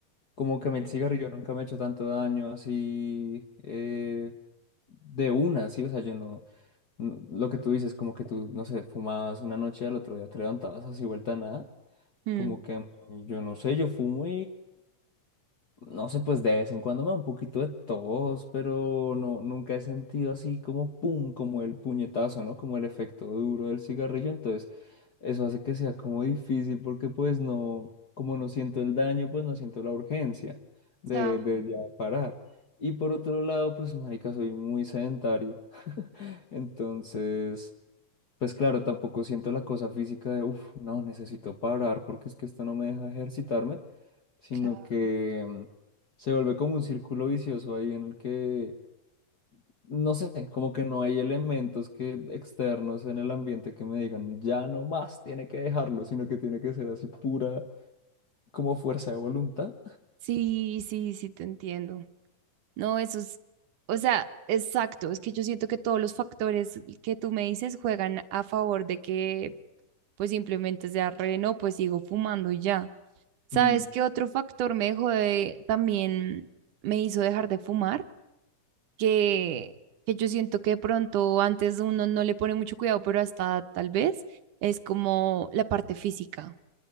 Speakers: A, on the left (about 40°); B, on the right (about 80°).
A: como que a mí el cigarrillo nunca me ha hecho tanto daño así eh, de una, sí, o sea, yo no, no- lo que tú dices, como que tú, no sé, fumabas una noche y al otro día te levantabas así vuelta a nada,
B: mm,
A: como que a mí, yo no sé, yo fumo No sé, pues de vez en cuando me da un poquito de tos, pero no, nunca he sentido así como pum, como el puñetazo, ¿no? Como el efecto duro del cigarrillo. Entonces, eso hace que sea como difícil porque pues no, como no siento el daño, pues no siento la urgencia de,
B: claro,
A: de ya parar. Y por otro lado, pues marica, soy muy sedentario. <laughs> Entonces... Pues claro, tampoco siento la cosa física de, uff, no, necesito parar porque es que esto no me deja ejercitarme, sino
B: claro.
A: que mm, se vuelve como un círculo vicioso ahí en el que, no sé, como que no hay elementos que externos en el ambiente que me digan, ya no más, tiene que dejarlo, sino que tiene que ser así pura como fuerza de voluntad.
B: Sí, sí, sí, te entiendo. No, eso es, o sea, exacto, es que yo siento que todos los factores que tú me dices juegan a favor de que pues simplemente sea re, no, pues sigo fumando y ya. ¿Sabes
A: Mm,
B: qué otro factor me dejó de- también me hizo dejar de fumar? Que, que yo siento que de pronto antes uno no le pone mucho cuidado, pero hasta tal vez es como la parte física